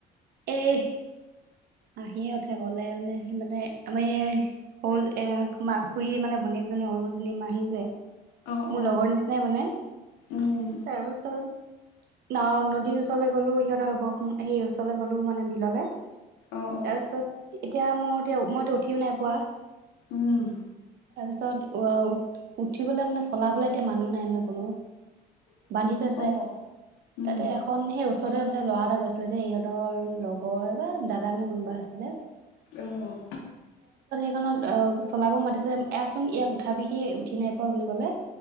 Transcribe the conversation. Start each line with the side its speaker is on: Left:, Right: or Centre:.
Right: এই আহিয়ে উঠে গ'লে মানে সেই মানে আমাৰ এই স-এ আমাৰ খুুৰী মানে ভনীয়ে সৰুজনী মাহী যে
Left: অঁ
Right: মোৰ
Left: অঁ
Right: লগৰ নিচিনাই মানে।
Left: অঁ
Right: তাৰপিছত ন-নদীৰ ওচৰলৈ গ'লো, সিহঁৰ হ'ব সেই ওচৰলৈ গ'লো মানে বিললে।
Left: অঁ
Right: তাৰ পিছত এতিয়া মোৰ এতিয়া উঠিও নাই পোৱা।
Left: উম
Right: তাৰপিছত উ-উ-উঠিবলে মানে চলাবলে এতিয়া মানুহ নাই। নাই নহয় কোনো বান্ধি থৈছে
Left: অঁ উম
Right: তাতে এখন সেই তাৰপিছতেই মানে ল'ৰা এটা গৈছিলে দেই, ইহঁতৰ লগৰ বা দাদাক নে কোনোবা আছিলে।
Left: উম,
Right: অ', চলাব মাতিছে আচোন ইয়াক উঠা বিহি উঠি নাই পোৱা বুলি কলে।